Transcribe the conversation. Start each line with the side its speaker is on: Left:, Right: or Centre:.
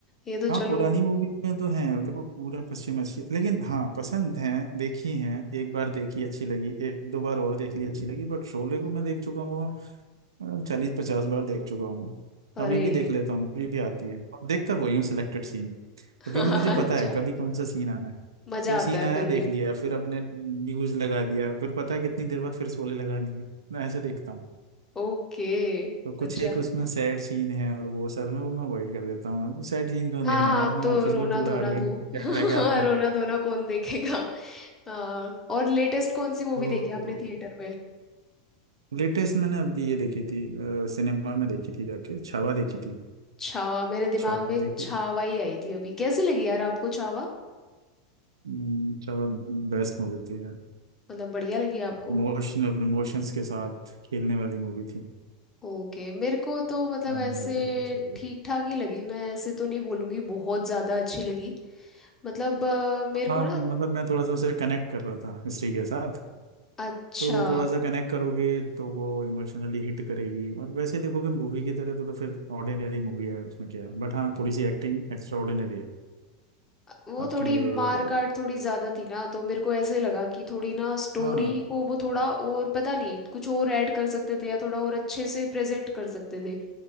Left: ये तो चलो
Right: हाँ पुरानी मूवी में तो है देखो पूरा पश्चिम अच्छी लेकिन हाँ पसंद है देखी है एक बार देखी अच्छी लगी एक दो बार और देख ली अच्छी लगी बट शोले को मैं देख चुका हूँ चालीस पचास बार देख चुका हूँ अभी
Left: अरे
Right: भी देख लेता हूँ अभी भी आती है देखता वही हूँ सिलेक्टेड सीन क्योंकि
Left: <laughs>
Right: मुझे
Left: अच्छा
Right: पता है कभी कौन सा सीन आना है
Left: मजा
Right: तो सीन
Left: आता है
Right: आया
Left: फिर
Right: देख
Left: भी
Right: लिया फिर अपने न्यूज लगा दिया फिर पता है कितनी देर बाद फिर शोले लगानी है मैं ऐसे देखता हूँ
Left: ओके
Right: तो कुछ
Left: अच्छा
Right: एक उसमें सैड सीन है और वो सब है वो मैं अवॉइड कर देता हूँ सैड सीन क्यों
Left: हाँ
Right: देखने
Left: हाँ
Right: हैं यार
Left: अब
Right: मैं
Left: तो
Right: ऑफिस
Left: रोना
Right: में पूरा
Left: धोना
Right: आठ घंटे
Left: तो
Right: सैड
Left: <laughs>
Right: रह के आता हूँ
Left: रोना धोना कौन देखेगा हाँ और लेटेस्ट कौन सी मूवी
Right: हम्म
Left: देखी आपने थिएटर में
Right: लेटेस्ट मैंने अभी ये देखी थी सिनेमा में देखी थी जाके छावा देखी थी
Left: छावा मेरे दिमाग
Right: छावा
Left: में
Right: देखी
Left: छावा
Right: है?
Left: ही आई थी अभी कैसी लगी यार आपको छावा
Right: हम्म, छावा बेस्ट मूवी थी यार
Left: मतलब बढ़िया लगी आपको
Right: इमोशनल इमोशंस के साथ खेलने वाली मूवी थी
Left: ओके मेरे को तो मतलब
Right: अंदर
Left: ऐसे
Right: तक का फेवरेट
Left: ठीक ठाक ही लगी मैं ऐसे तो नहीं बोलूँगी बहुत ज़्यादा अच्छी लगी मतलब अ, मेरे को
Right: हाँ
Left: ना
Right: मतलब मैं थोड़ा सा उसे कनेक्ट कर रहा था हिस्ट्री के साथ
Left: अच्छा
Right: तो थोड़ा सा कनेक्ट करोगे तो वो इमोशनली हिट करेगी और वैसे देखोगे मूवी की तरह तो, तो फिर ऑर्डिनरी मूवी है उसमें क्या है बट हाँ थोड़ी सी एक्टिंग एक्स्ट्रा ऑर्डिनरी है
Left: वो
Right: आपकी
Left: थोड़ी
Right: ये
Left: मार काट थोड़ी ज़्यादा थी ना तो मेरे को ऐसे लगा कि थोड़ी ना स्टोरी
Right: हाँ
Left: को वो
Right: हाँ,
Left: थोड़ा और पता नहीं कुछ और ऐड कर सकते थे या थोड़ा और अच्छे से प्रेजेंट कर सकते थे